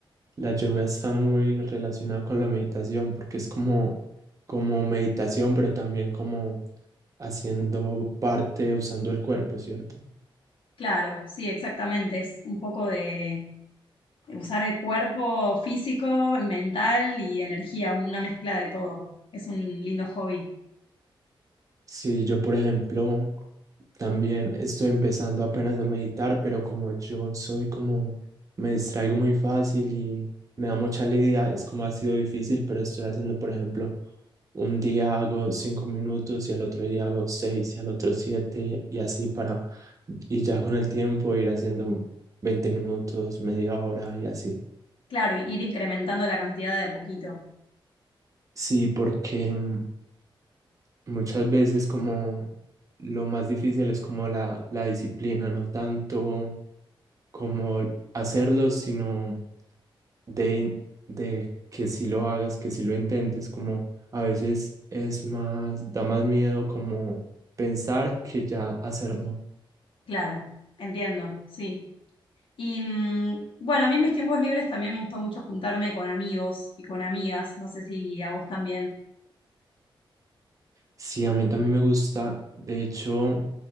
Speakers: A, on the right; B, on the left.
A: La yoga está muy relacionada con la meditación porque es como, como meditación, pero también como haciendo parte, usando el cuerpo, ¿cierto?
B: Claro, sí, exactamente, es un poco de usar el cuerpo físico, mental y energía, una mezcla de todo. Es un lindo hobby.
A: Sí, yo, por ejemplo, también estoy empezando apenas a meditar, pero como yo soy como, me distraigo muy fácil y me da mucha lidia, es como ha sido difícil, pero estoy haciendo, por ejemplo, Un día hago cinco minutos y al otro día hago seis y al otro siete y así para, y ya con el tiempo ir haciendo 20 minutos, media hora y así.
B: Claro, y ir incrementando la cantidad de a poquito.
A: Sí, porque mm, muchas veces como lo más difícil es como la, la disciplina, no tanto como hacerlo, sino de, de que si lo hagas, que si lo intentes, como a veces es más, da más miedo como pensar que ya hacerlo.
B: Claro, entiendo, sí. Y mm, bueno, a mí en mis tiempos libres también me gusta mucho juntarme con amigos y con amigas, no sé si a vos también.
A: Sí, a mí también me gusta. De hecho,